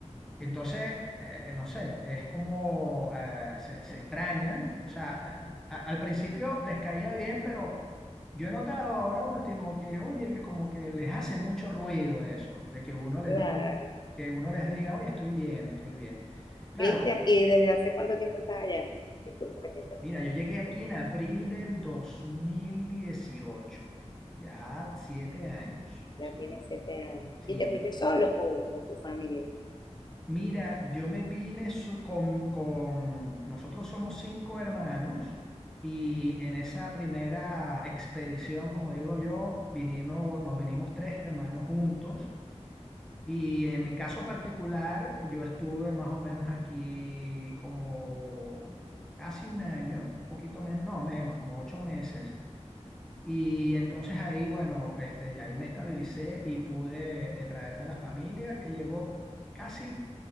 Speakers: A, in the centre; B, on the left (about 35°).
A: entonces, eh, no sé, es como eh, se, se extrañan, o sea, al, a- al principio les caía bien, pero yo he notado ahora último que, oye, que como que les hace mucho ruido eso, de que uno les
B: Claro.
A: diga, que uno les diga, oye, estoy bien, estoy bien. Claro.
B: Cristian, ¿y desde hace cuánto tiempo estás allá? Disculpa que te interrumpa.
A: Mira, yo llegué aquí en abril del 2018, ya siete años,
B: Ya
A: ¿sí?
B: tienes siete años.
A: Sí,
B: ¿Y te fuiste solo o con tu familia?
A: mira, yo me vine so- con, con, nosotros somos cinco hermanos y en esa primera expedición, como digo yo, vinimos, nos vinimos tres hermanos juntos y en mi caso particular, yo estuve más o menos aquí como casi un año, poquito menos, no, menos, como ocho meses. Y entonces ahí, bueno, este, ahí me estabilicé y pude eh, traerme a la familia que llegó casi